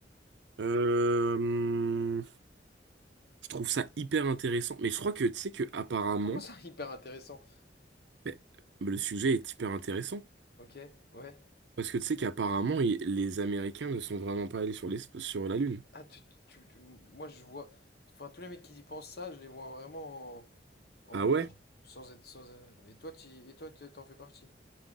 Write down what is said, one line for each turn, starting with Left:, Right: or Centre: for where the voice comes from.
Right: Euh, hum, je trouve ça hyper intéressant, mais je crois que tu sais que apparemment,
Left: Comment ça, hyper intéressant?
Right: ben, le sujet est hyper intéressant
Left: Ok, ouais.
Right: parce que tu sais qu'apparemment il- les Américains ne sont vraiment pas allés sur l'espace, sur la Lune.
Left: Ah, tu, tu- tu- moi je vois. Enfin, tous les mecs qui y pensent ça, je les vois vraiment en, en
Right: Ah
Left: Mongol.
Right: ouais?
Left: Sans être. Sans, être- et toi, tu, et toi, t'en fais partie.